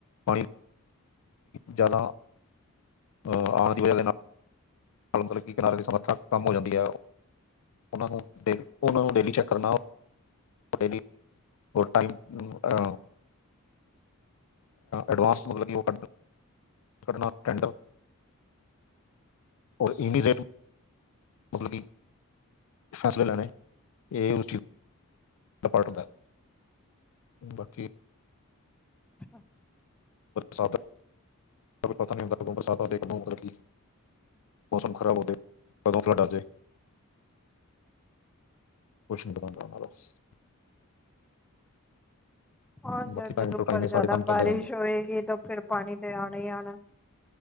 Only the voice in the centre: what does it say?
' <unintelligible>
ਆ ਜਦ
ਉਪਰ
ਜ਼ਿਆਦਾ
ਬਾਰਿਸ਼
ਹੋਏਗੀ ਤਾਂ ਫਿਰ ਪਾਣੀ ਤੇ ਆਣਾ ਹੀ ਆਣਾ।